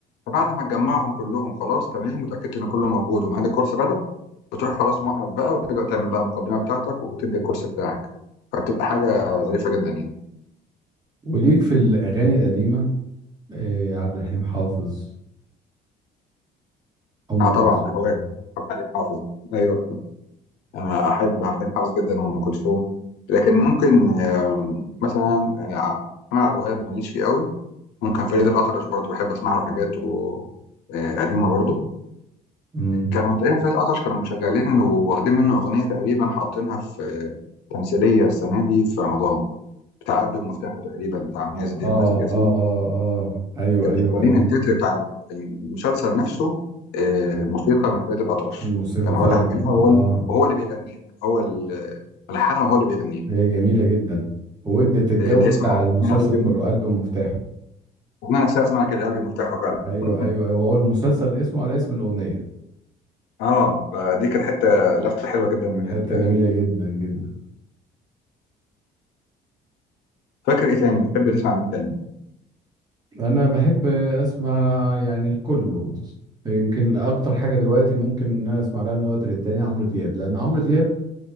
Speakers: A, on the left; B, on the right.
A: فبعد ما تجمعهم كلهم خلاص تمام متأكدت ان كله موجود وميعاد الكورس بدأ بتروح خلاص موقف بقى وترجع تعمل بقى المقدمه بتاعتك وتدي الكورس بتاعك فبتبقى حاجه ظريفه جدا يعني
B: وليك في الأغاني القديمة إيه عبد الحليم حافظ أم
A: انا طبعا
B: كلثوم
A: اهواك حليم حافظ ايوه انا احب حليم حافظ جدا وام كلثوم لكن ممكن آم، مثلا آه، محمد عبد الوهاب ماليش فيه قوي ممكن فريد الأطرش برضو بحب اسمع له حاجات و... آه، قديمه برضو
B: مم.
A: كانوا تقريبا فريد الأطرش كانوا مشغلين واخدين منه اغنيه تقريبا حاطينها في تمثيليه السنه دي في رمضان بتاع قلبي ومفتاحه تقريبا بتاع مياز الدين
B: آه
A: واسر ياسين
B: آه آه آه أيوه
A: كانوا
B: أيوه
A: شغالين
B: أيوه
A: التتر بتاع المسلسل نفسه آه، موسيقى من فريد الأطرش
B: الموسيقى
A: كان هو
B: فعلا
A: اللي عاملها
B: آه
A: وهو
B: آه
A: وهو اللي بيغنيها هو اللي ملحنها وهو اللي بيغنيها
B: هي جميلة جدا وادت الجو
A: آه، اللي
B: بتاع
A: هي اسمها
B: المسلسل
A: اسمها قلبي
B: كله قلب مفتاحه
A: الأغنية نفسها اسمها كده قلبي مفتاحه فعلا
B: أيوه
A: <laughs>
B: أيوه أيوه هو المسلسل اسمه على اسم الأغنية
A: اه فدي كانت حتة لفتة حلوة جدا من
B: حتة
A: ال...
B: جميلة جدا جدا
A: فاكر ايه تاني بتحب تسمع مين تاني
B: انا بحب اسمع يعني الكله يمكن اكتر حاجه دلوقتي ممكن ان انا اسمع لها من وقت للتاني عمرو دياب لان عمرو دياب